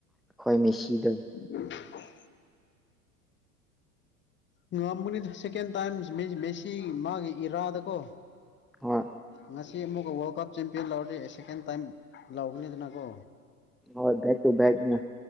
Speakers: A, in the centre; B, on the left.
A: ꯈꯈꯣꯏ ꯃꯤꯁꯤꯗ
B: ꯑ ꯉꯉꯝꯕꯅꯤ ꯁꯦꯀꯦꯟ ꯇꯥꯏꯝ ꯃꯦꯁꯤ ꯃꯥꯒꯤ ꯏꯔꯥꯗ ꯀꯣ
A: ꯍꯣꯏ
B: ꯉꯁꯤ ꯑꯃꯨꯛꯀ ꯋꯥꯔꯜ ꯀꯞ ꯆꯦꯝꯄꯤꯌꯟ ꯂꯥꯎꯗꯤ ꯁꯦꯀꯦꯟ ꯇꯥꯏꯝ ꯂꯥꯎꯧꯕꯅꯤꯗꯅꯀꯣ
A: ꯍꯦꯏ‌‌ ꯕꯦꯛ ꯇꯨ ꯕꯦꯛꯅꯤ